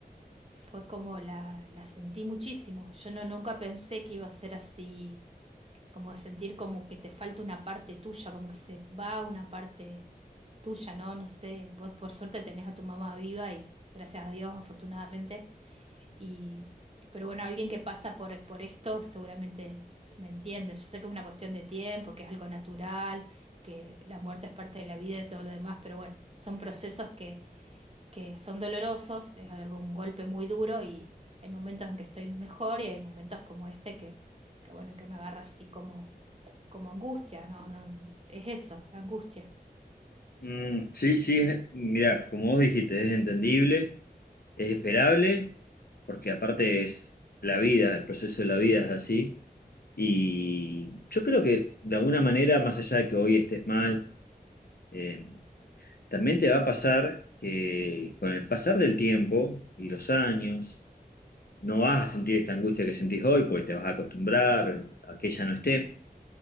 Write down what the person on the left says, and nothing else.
Mm, sí, sí, mira como vos dijiste, es entendible, es esperable, porque aparte es la vida, el proceso de la vida es así. Y yo creo que de alguna manera, más allá de que hoy estés mal, eh, también te va a pasar que con el pasar del tiempo y los años, no vas a sentir esta angustia que sentís hoy, porque te vas a acostumbrar a que ella no esté